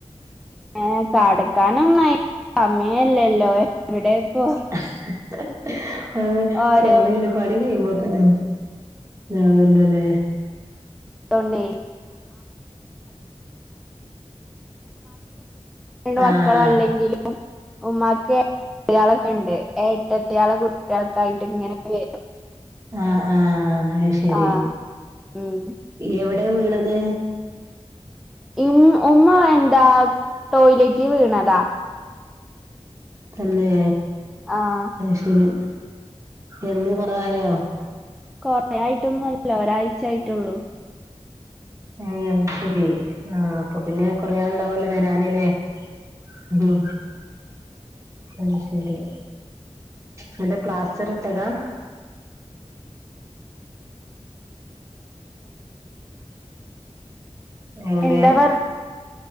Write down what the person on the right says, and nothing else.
<unintelligible>
പണികഴിയുമ്പോക്കിന് നെരല്ലല്ലേ.
ആഹ്
ആഹ്ആഹ് അഹ്ശെരി
എവിടെവീണത്?
തന്നെ.
അശെരി എന്ന്കൊറായോ?
ഏയ് അയ് ശരി ആഹ് അപ്പൊ പിന്നെ കൊറേ ആള്ണ്ടാവല്ലോ വരാന് ല്ലേ ഉം അത് ശരി നിന്റെ പ്ലാസ്റ്റർ ഇട്ടതാ എങ്ങനെ